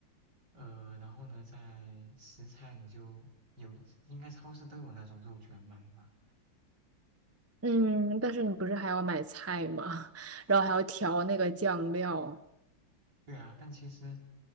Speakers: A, on the right; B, on the right.
A: 呃，然后呢，在食材你就有，应该超市都有那种肉卷买吧。
B: 嗯，但是你不是还要买菜吗？<laughs> 然后还要调那个酱料。
A: 对啊，但其实